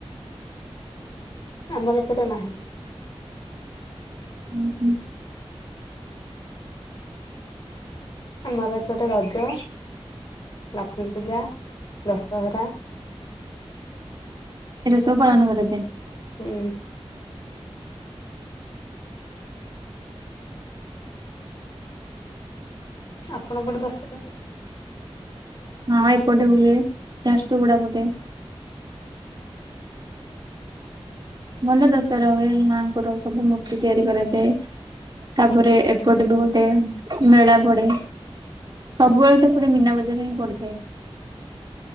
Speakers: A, on the left; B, on the right.
A: ଆମର ଏପଟେ ନାହିଁ।
B: ହୁଁ ହୁଁ।
A: ଆମର ଏପଟେ ରଜ ଲକ୍ଷ୍ମୀ ପୂଜା ଦଶହରା
B: ଏଗୁଡ଼ା ସବୁପାଳନ କରାଯାଏ।
A: ହୁଁ। ଆପଣ ପଟେ ଦଶରା
B: ହଁ ଏପଟେ ହୁଏ ଝାରଶଗୁଡ଼ା ପଟେ ଭଲ ଦଶହରା ହୁଏ ମାଆଙ୍କର ସବୁ ମୂର୍ତ୍ତି ତିଆରି କରାଯାଏ। ତାପରେ ଏପଟେ ବି ଗୋଟେ ମେଳା ପଡେ ସବୁବେଳେ ତ ଏପଟେ ମୀନା ବଜାର ହିଁ ପଡିଥାଏ।